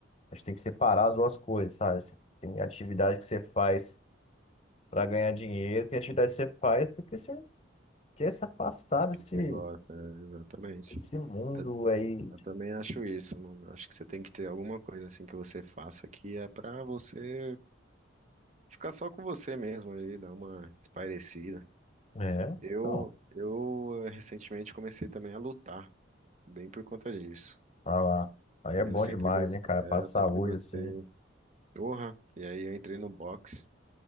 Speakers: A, on the left; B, on the right.
A: a gente tem que separar as duas coisas, sabe? Você Tem atividade que você faz para ganhar dinheiro, tem atividade que você faz porque você quer se afastar desse,
B: você gosta, é, exatamente.
A: desse mundo
B: Eu,
A: aí.
B: eu também acho isso, mano. Eu Acho que você tem que ter alguma coisa assim que você faça que é pra você ficar só com você mesmo ali, dar uma espairecida.
A: É,
B: Eu,
A: então,
B: eu eh, recentemente comecei também a lutar. bem por conta disso.
A: vai lá. Aí
B: E
A: é bom
B: eu sempre,
A: demais,
B: gos-
A: hein, cara?
B: é,
A: Pra
B: eu
A: saúde,
B: sempre gostei.
A: assim.
B: Porra! E aí eu entrei no boxe